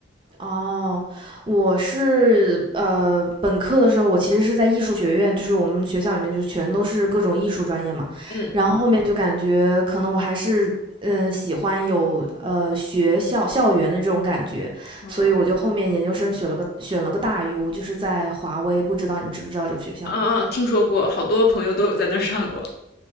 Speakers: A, on the right (about 25°); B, on the left (about 50°).
A: 哦，我是呃，本科的时候我其实是在艺术学院，就是我们学校里面就是全都是各种艺术专业嘛，
B: 嗯
A: 然后后面就感觉可能我还是嗯、呃喜欢有呃学校校园的这种感觉，
B: 哦，
A: 所以我就后面研究生选了个选了个大 U，就是在华威，不知道你知不知道这个学校？
B: 啊啊，听说过，好多朋友都有在那儿上过。